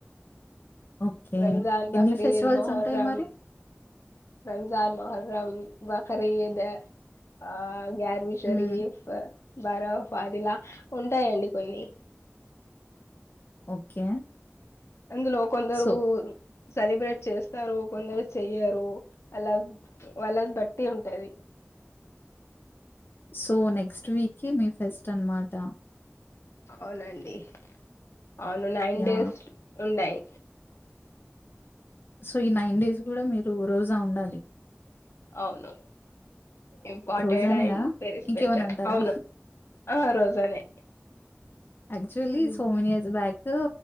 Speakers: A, on the left; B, on the left.
A: ఓకే
B: రంజాన్ బకరీద్
A: ఎన్ని ఫెస్టివల్స్
B: మొహర్రం
A: ఉంటాయి మరి
B: రంజాన్ మొహర్రమ్ బకరదా ఆ గర్వీ శరీఫ
A: హ్మ్.
B: బరోవ ఫదిలా ఉంటాయండి కొన్ని
A: ఓకే
B: అందులో కొందరూ
A: సో
B: సెలబ్రేట్ చేస్తారు కొందరు చెయ్యరు అలా వాళ్ళది బట్టి ఉంటది
A: సో నెక్స్ట్ వీకీ మీ ఫెస్ట్ అనమాట
B: అవునండి అవును నైన్
A: యాహ్!
B: డేస్ ఉంటాయి
A: సో ఈ నైన్ డేస్ కూడా మీరు రోజా ఉండాలి
B: అవును ఇంపార్టెడ్
A: రోజానేేనా
B: అండ్ వెరీ స్పెషల్
A: ఇంకేమన్న అంటారా
B: అవును ఆ రోజనే
A: actually
B: um,
A: so many years back